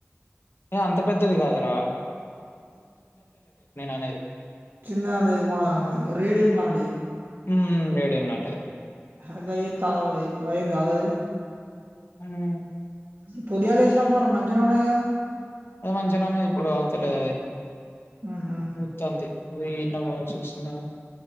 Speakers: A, on the left; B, on the right.
A: ఏ అంత పెద్దది గదురా అనేది
B: చిన్న అంటే మన రేడియం లాం డి
A: ఉమ్మ్ రేడియం లాంటిది
B: హ గయిత్త వోయి వైర్ గాద్ అది
A: ఉమ్
B: అసలు పుదియాలు వేసినామ్ పొర మంచిరా ఉన్నాయా
A: అది మంచినే ఇప్పుడు ఆగుతలేద్ అది
B: ఉహు
A: ఉతంది ను ఇ ఇన్నవా చూస్తున్నావా